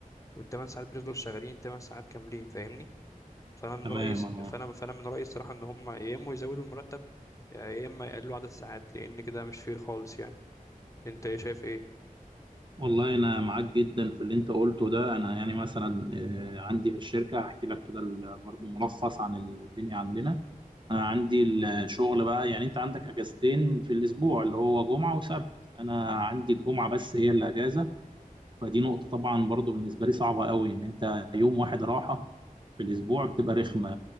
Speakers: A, on the left; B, on the right.
A: والتمن ساعات بنفضل شغالين التمن ساعات كاملين فاهمني فأنا من
B: تمام
A: رأيي
B: اه
A: فأنا فأنا من رأيي الصراحة إن هما يا إما يزودوا المرتب يا إما يقللوا عدد الساعات لأن كده مش فير خالص يعني أنت إيه شايف إيه؟
B: والله أنا معاك جدا في اللي أنت قلته ده أنا يعني مثلا آه، عندي في الشركة أحكي لك كده ال- برضو ملخص عن الدنيا عندنا انا عندي الشغل بقى يعني انت عندك اجازتين في الاسبوع اللي هو جمعه وسبت انا عندي الجمعه بس هي اللي اجازه فدي نقطه طبعا برضو بالنسبه لي صعبه قوي ان انت يوم واحد راحه في الاسبوع بتبقى رخمه